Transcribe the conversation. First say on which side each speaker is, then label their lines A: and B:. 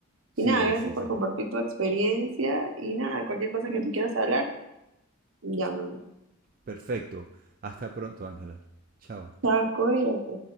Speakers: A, on the right; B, on the right.
A: Sí,
B: Y nada, gracias
A: sí, sí.
B: por compartir tu experiencia y nada, cualquier cosa que tú quieras hablar, llámame.
A: Perfecto. Hasta pronto, Ángela. Chao.
B: Chao, cuídate.